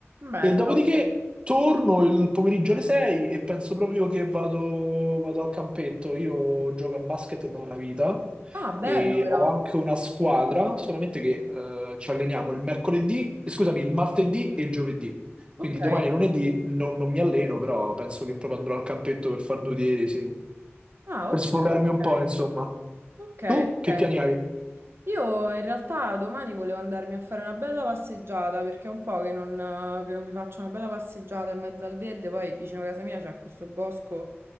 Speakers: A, on the right; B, on the right.
A: Bello.
B: E dopodiché torno il pomeriggio alle 6 e penso proprio che vado, vado al campetto. Io gioco a basket da una vita
A: Ah, bello
B: e
A: però.
B: ho anche una squadra, solamente che eh, ci alleniamo il mercoledì, eh, scusami, il martedì e il giovedì. Quindi
A: Ok.
B: domani e lunedì non, non mi alleno, però penso che proprio andrò al campetto per far due tiri, sì.
A: Ah,
B: Per
A: ok,
B: sfogarmi un
A: ok.
B: po', insomma.
A: Ok, ok.
B: Tu che piani hai?
A: vedi. Io in realtà domani volevo andarmi a fare una bella passeggiata perché è un po' che non, che non mi faccio una bella passeggiata in mezzo al verde. Poi vicino a casa mia c'è questo bosco